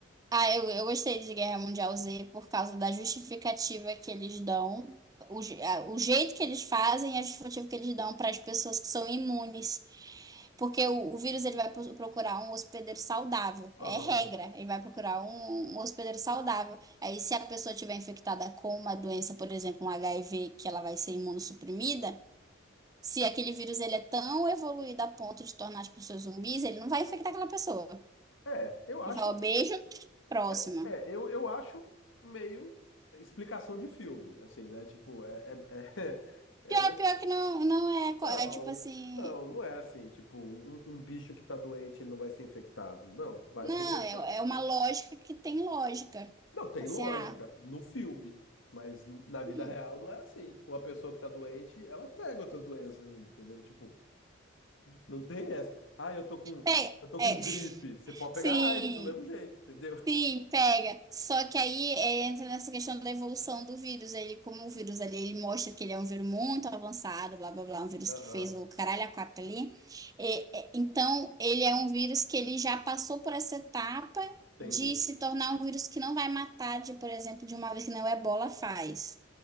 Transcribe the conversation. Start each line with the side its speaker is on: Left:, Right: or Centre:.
Right: Ah, eu, eu gostei de Guerra Mundial Z por causa da justificativa que eles dão, o, je- a- o jeito que eles fazem e a justificativa que eles dão para as pessoas que são imunes. Porque o, o vírus ele vai pro- procurar um hospedeiro saudável,
Left: Aham.
Right: é regra, ele vai procurar um, um hospedeiro saudável. Aí, se a pessoa tiver infectada com uma doença, por exemplo, um HIV, que ela vai ser imunossuprimida, se aquele vírus ele é tão evoluído a ponto de tornar as pessoas zumbis, ele não vai infectar aquela pessoa.
Left: É, eu acho
Right: Ele fala, beijo, próxima.
Left: eu- é, eu, eu acho meio explicação de filme, assim, né? Tipo, é, é, é, <laughs>
Right: Pior,
Left: é uma
Right: pior que não, não é, co-
Left: Não,
Right: é tipo assim,
Left: não, não é assim. Tipo, um, um bicho que tá doente, ele não vai ser infectado. Não, vai
Right: não,
Left: ser infectado,
Right: é,
Left: sim.
Right: é uma lógica que tem lógica.
Left: Não, tem
Right: Assim,
Left: lógica
Right: ah,
Left: no filme, mas na vida
Right: hum,
Left: real não é assim. Uma pessoa que tá doente, ela pega outras doenças ainda, entendeu? Tipo, não tem essa. Ah, eu tô com,
Right: é,
Left: eu tô com gripe.
Right: é, <laughs>
Left: Você pode pegar
Right: sim.
Left: AIDS do mesmo jeito, entendeu?
Right: Sim, pega. Só que aí é, entra nessa questão da evolução do vírus. Ele, como o vírus ali, ele mostra que ele é um vírus muito avançado, blá blá blá, um vírus
Left: Aham,
Right: que fez o caralho a quatro ali. É, é, então, ele é um vírus que ele já passou por essa etapa
Left: entendi.
Right: de se tornar um vírus que não vai matar, de, por exemplo, de uma vez que não o Ebola faz.